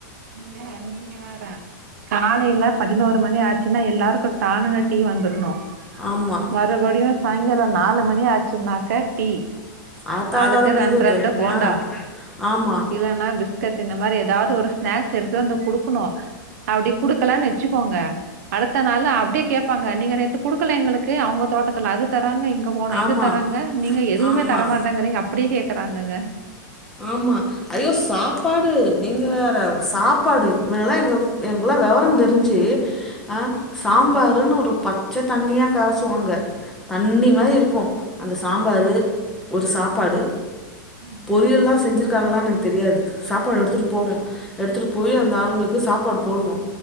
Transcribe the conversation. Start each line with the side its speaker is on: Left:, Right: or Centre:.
Right: இங்க நீங்க வேற கனாலெல்ல பதினோர் ரு மணி ஆச்சுன்னா எல்லாருக்கூ டான்னுனு டீ வந்துர்ணூ
Centre: ஆமா
Right: மறுபடியூ சாய்ங்காலே நாலு மணி ஆச்சுன்னாக்கா டி
Centre: ஆத்தாளுக்கு
Right: ஆளுக்கு
Centre: அது
Right: ரெண்
Centre: புது
Right: ரெண்டு
Centre: தொழில்
Right: போண்டா
Centre: ஆமா ஆமா
Right: இல்லனா பிஸ்கட்டு இந்த மாரி ஏதாவ்து ஒரு எடுத்து வந்து குடுக்கணூ அப்டி குடுக்கலன் வச்சுக்கோங்க அடுத்த நாள் அப்டியே கேப்பாங் க நீங்க நேத்து குடுக்கல எங்களுக்கு அவுங்க தோட்டத்துல அது த ங்க இங்க போனா
Centre: ஆமா
Right: இது தராங்க நீங்க எதுவுமே
Centre: ஆமா
Right: தர மாட்டேங்கிறீங்க அப்டியே கேக் க்கறாங்கங்க
Centre: ஆமா ஐயோ சாப்பாடு நீங்க வேற சாப்பாடு மேலா எங்க எங்கல்லா வெவரோந்தெரிஞ்சு அ சாம்பாருன்னு ஒரு பச்ச தண்ணியா கரசுவாங்க தண்ணி
Right: ம்.
Centre: மாதி இருக்கூ அந்த சாம்பாரு ஒரு சாப்பாடு
Right: ம்
Centre: பொரியெல்லா செஞ்சுருக்காங்களான் எனக்கு தெரியாது சாப்பாடு எடுத்துட்டு போவோ எடுத்துட்டு போய் அந்த ஆளுங்களுக்கு சாப்பாடு போடுவோ